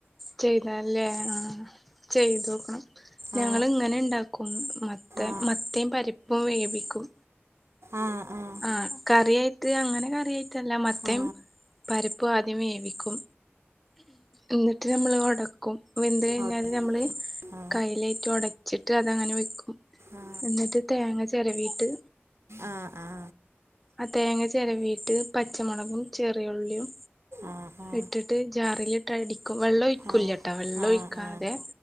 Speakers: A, in the centre; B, on the right.
A: ചെയ്താല്ലേ ആ ചെയ്തോക്കണം ഞങ്ങൾ
B: ആ
A: ഇങ്ങനെ ഉണ്ടാക്കും മത്തി
B: ആ
A: മത്തേയും പരിപ്പും വേവിക്കും
B: ആഹ് ആഹ
A: ആഹ കറിയയിട്ട് അങ്ങനെ കറിയയി് ഇതെല്ലാം മത്തേം
B: ആ
A: പരിപ്പ് ആദ്യം വേവിക്കും എന്നിട്ട് നമ്മള് ഉടക്കും വെന്ത് കഴിഞ്ഞാല്
B: അവിടെ-
A: നമ്മള്
B: ആ
A: കൈയിലേറ്റ് ഉടച്ചിട്ട് അതങ്ങനെ വെക്കും
B: ആ
A: എന്നിട്ട് തേങ്ങ ചിരവിട്ട്
B: ആഹ് ആഹ
A: ആ തേങ്ങ ചിരവിീട്ട് പച്ചമുളകും ചെറിയുള്ളിയും
B: ആ ആ
A: ഇട്ടിട്ട് ജാറിലിട്ട് അടിക്കും വെള്ളം ഒഴിക്കൂലട്ടോ
B: ആ
A: വെള്ളം
B: ആ
A: ഒഴിക്കാതെ
B: ആ